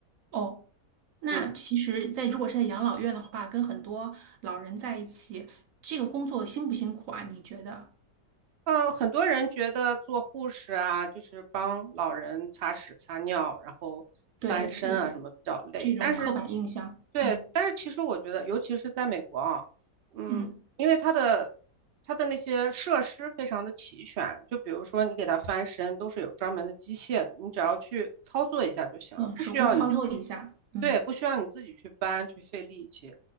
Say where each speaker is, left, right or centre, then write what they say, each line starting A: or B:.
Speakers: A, on the right; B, on the right.
A: 哦，那其实在，
B: 嗯，
A: 如果是在养老院的话，跟很多老人在一起，这个工作辛不辛苦啊？你觉得？
B: 呃，很多人觉得做护士啊，就是帮老人擦屎、擦尿，然后翻身啊什么比较累，
A: 对，有这种刻板印象，
B: 但嗯是对，
A: 嗯
B: 但是其实我觉得，尤其是在美国啊，嗯，
A: 嗯
B: 因为它的它的那些设施非常的齐全，就比如说你给它翻身都是有专门的机械的，你只要去操作一下就行了，
A: 嗯，
B: 不需要你自己
A: 手工操作一下，嗯
B: 对，不需要你自己去搬去费力气。